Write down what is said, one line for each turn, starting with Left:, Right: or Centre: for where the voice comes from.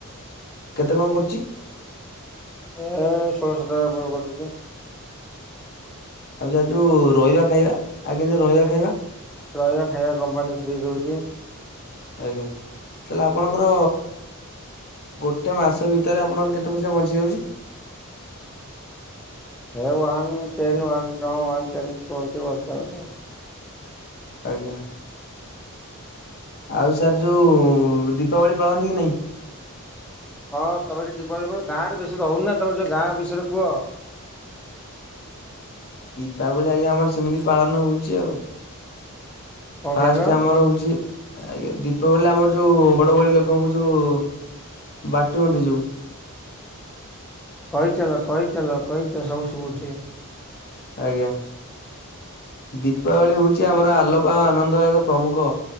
Left: କେତେ କଣ କଟୁଚି?
Centre: ଏ ଷୋଳ ସାତାପ କଟୁଚି।
Left: ଆଉ ଯାର ଯୋଉ ରହିବା ଖାଇବା ଆଜ୍ଞା ଯୋଉ ରହିବା ଖାଇବା।
Centre: ରୟା ଖାଇବା କମ୍ପାନୀ ଫ୍ରି ଦଉଛି।
Left: ଆଜ୍ଞା ତାହେଲେ ଆପଣଙ୍କର ଗୋଟେ ମାସ ଭିତରେ ଆପଣଙ୍କ କେତେ ପଇସା ବଞ୍ଚି ଯାଉଛି?
Centre: ହେୱନ୍ ଟେନ୍ୱ ନୱ ଟେନ୍ ଟଣ୍ <unintelligible>
Left: ଆଜ୍ଞା। ଆଉ ସାର୍ ଯୋଉ ଦୀପାବଳି ପାଳନ୍ତି କି ନାହିଁ?
Centre: ହଁ ତମେ ଟିକ ଦୀପାବଳି ଗାଁରେ ବେଶୀ ରହୁନି ନା ତମେ ଯୋଉ ଗାଁ ବିଷୟରେ କୁହ।
Left: ଦୀପାବଳି ଆଜ୍ଞା ଆମର ସେମିତି ପାଳନ ହଉଛି ଆଉ।
Centre: କଣ
Left: ଫାଷ୍ଟ
Centre: କହିଲ
Left: ଆମର ହଉଛି ଆଜ୍ଞା ଦୀପାବଳି ଆମର ଯୋଉ ବଡ ବଡି ଲୋକଙ୍କୁ ଯୋଉ ବାଟ ବନ୍ଧି ଯୋଉ
Centre: କହିଚାଲ କହିଚାଲ କହିଚାଲ ସବୁ ଶୁଭୁଛିି।
Left: ଆଜ୍ଞା। ଦୀପାବଳି ହଉଛି ଆମର ଆଲୋକ ଓ ଆନନ୍ଦର ଏକ ପ୍ରମୁଖ